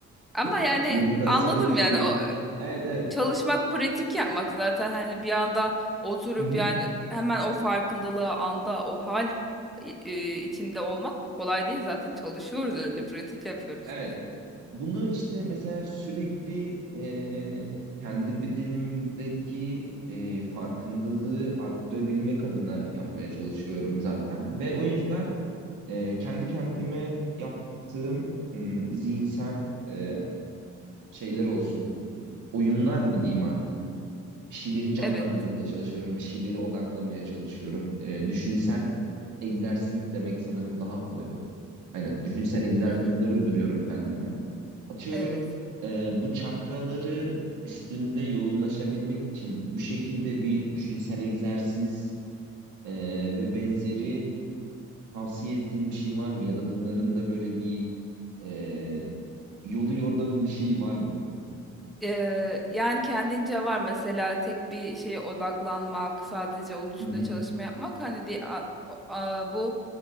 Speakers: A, in the centre; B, on the right.
A: Ama
B: <laughs>
A: yani
B: Meditasyon
A: anladım
B: yapıyorum.
A: yani o
B: Evet evet.
A: çalışmak, pratik yapmak zaten hani bir anda oturup
B: Hı hı.
A: yani hemen o farkındalığı anda o hal i- i- içinde olmak kolay değil zaten çalışıyoruz önce pratik yapıyoruz.
B: Evet. Bunu işte mesela sürekli e, kendi bedenimdeki e, farkındalığı arttırabilmek adına yapmaya çalışıyorum zaten. Ve o yüzden e, kendi kendime yaptığım m, zihinsel e, şeyler olsun. m, oyunlar mı diyeyim artık? Bir şeyleri canlandırmaya
A: Evet.
B: çalışıyorum, bir şeyleri odaklamaya çalışıyorum. E, düşünsel egzersiz demek sanırım daha kolay olur. Aynen, düşünsel egzersizler
A: Hı hı.
B: uyduruyorum kendime. Atıyorum
A: Evet.
B: e, bu çakraları üstünde yoğunlaşabilmek için bu şekilde bir düşünsel egzersiz e, ve benzeri tavsiye ettiğin bir şey var mı? Ya da bunların da böyle bir Ee, yolu yordamı bir şey var mı?
A: Eee, yani kendince var mesela tek bir şeye odaklanmak, sadece onun üstüne
B: Hı hı.
A: çalışma yapmak hani di a- a- bu